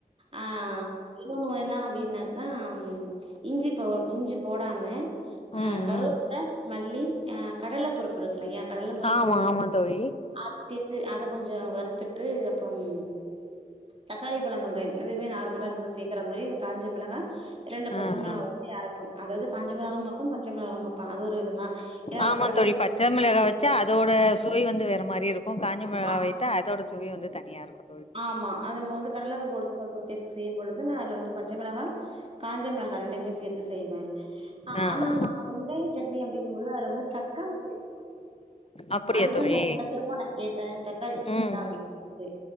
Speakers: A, on the right; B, on the left.
A: ஆ இன்னொண்ணு வேனா அப்டின்னாக்கா இஞ்சி போ இஞ்சி போடாம அ
B: ம்
A: கருவேப்பில
B: ம்
A: மல்லி அ கடலை பருப் ப்பு இருக்கு இல்லையா கடலன் பருப்பு
B: ஆமா
A: உளுத்தம்பரு
B: ஆமா தோழி.
A: அத சேத்து அத கொஞ்சம் வறுத்துட்டு அப்றம் தக்காளி பழ வெங்காயம் எதுவுமே நார்மலா நம்ம சேக்கற மாதிரி காஞ்ச மிளகா ரெண்டு பச்ச
B: ஆ
A: மிளகா
B: ஆ
A: வச்சு அறப்பம் அதாவது கஞ்சே மெளக வப்போம் பச்ச மெளகவும் வப்பம் அது ஒரு விதமா ஏன்னா நம்ம
B: ஆமா
A: கடல
B: தோழி
A: பருப்பு
B: பச்ச
A: உளுத்தம்
B: மெளகா
A: பருப்பு
B: வச்சு வச்சா அதோட சுவை வந்து வேற மாரி இருக்கும் காஞ்ச மெளகா
A: ஆம்
B: வைத்தா அதோட சுவை வந்து தனிய இருக்குன்
A: ஆமா அது நம்ம வந்து கடல பருப்பு உளுத் உங்களுக்கு சேத்து செய்யும் பொழுது நான் அதுல வந்து பச்ச மெளகா காஞ்ச மெளகா ரெண்டுமே சேத்து செய்வேன் அ
B: ஆ
A: ஆனா
B: ஆ.
A: நா வந்து சட்னி அப்டிங்கும்போது அதுல வந்து தக்காளி சேப்பேன்
B: அப்படியா
A: அதுதான்
B: தோழி
A: நா உங்க கிட்ட திரும்ப நா கேட்டேன் தக்காளி போடுவீங்ளா
B: ம் ம்
A: அப்டின்னு